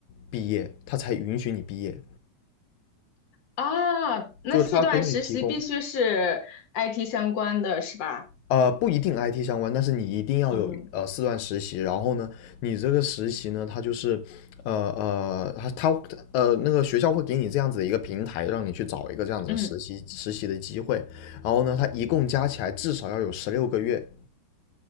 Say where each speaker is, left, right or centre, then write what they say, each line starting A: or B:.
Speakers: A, on the left; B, on the left.
A: 毕业，他才允许你毕业，
B: 啊，那四段实习必须是
A: 就是他给你提供。
B: IT 相关的是吧？
A: 呃，不一定 IT 相关，但是你一定要有呃四段实习。
B: 嗯
A: 然后呢，你这个实习呢，它就是呃呃，他他呃那个学校会给你这样子的一个平台，让你去找一个这样子的实习实习的机会。
B: 嗯
A: 然后呢，它一共加起来至少要有十六个月。